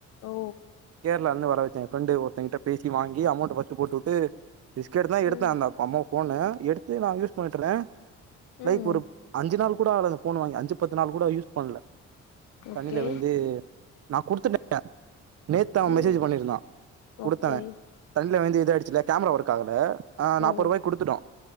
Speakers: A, on the left; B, on the right.
A: ஓ
B: கேரளா இருந்து வர வச்சே என் ஃப்ரெண்டு ஒருத்த கிட்ட பேசி வாங்கி அமௌண்ட் போட்டு விட்டு பிஸ்கெட்தா எடுத்த
A: ம்
B: அவன் போன எடுத்து நான் யூஸ் பண்ணிட்டுருந்த லைக்
A: ம்
B: ஒரு அஞ்சு நாள் கூட ஆகலை அந்த பேன் வாங்கி அஞ்சுபத்து நாள் கூட யூஸ் பண்ல
A: ஓகே
B: தண்ணில விலுந்து நா குடுத்துட்ட நேத்துதா அவ
A: ம்
B: மெசேஜ் பண்ணிருந்தா குடுத்த
A: ஓகே
B: தண்ணில விழுந்து இத ஆயிடுச்சுல கேமரா ஒர்க் ஆகல ஆ நாப்பது
A: ஓ
B: ரூபாய்கு குடுத்துட்டோ